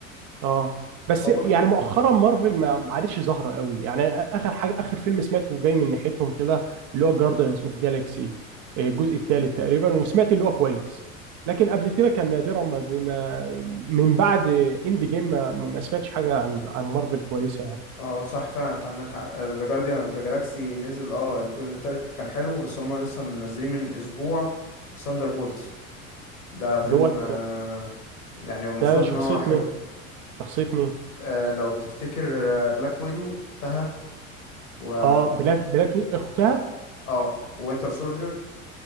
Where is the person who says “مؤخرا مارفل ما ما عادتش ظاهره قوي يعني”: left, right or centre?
Right